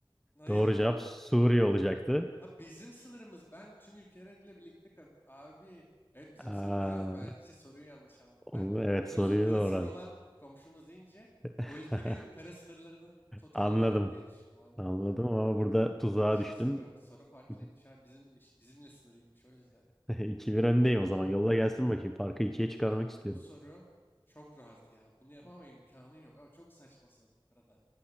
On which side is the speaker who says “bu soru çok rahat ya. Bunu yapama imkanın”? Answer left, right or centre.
Left